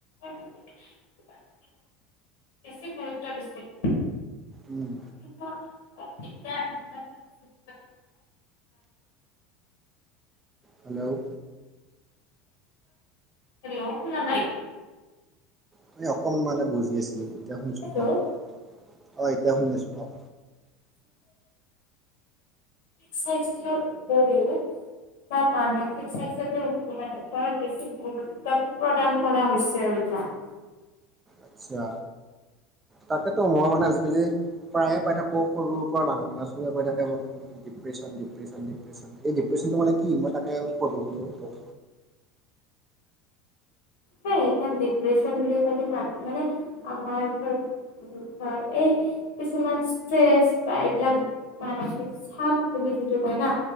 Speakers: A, on the left (about 75°); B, on the right (about 20°).
A: বেছি গুৰুত্ব দিছিল।
B: উম
A: কিন্তু এতিয়া
B: হেল্ল'
A: হেল্ল' শুনা নাই।
B: মনে অকন মানে বুজি আছিলো এতিয়া শুনিছো
A: হেল্ল'
B: কওক অ' এতিয়া শুনি আছো কওক।
A: স্বাস্থ্যৰ উপৰিও। তাৰ মানসিক স্বাস্থ্যটো মানে ওপৰত বেছি গুৰুত্ব প্ৰদান কৰা হৈছে আৰু যাক।
B: আচ্ছা তাকেতো মই মানে আজিকালি প্ৰায়ে পাই থাকো। সৰুৰ পৰা ডাঙৰ এ' চবে কৈ থাকে ডিপ্ৰেচন ডিপ্ৰেচন ডিপ্ৰেছন। এই ডিপ্ৰচনতটো মানে কি? মই তাকে খুধো বোলো তোক।
A: সই এাৰ ডিপ্ৰেশচন বুলি ক'লে মানে- মানে আমাৰ। হয় এই কিছুমান ষ্টেচ পাই এবিলাক। মানসিক চাপ বুলি যিটো কয় না।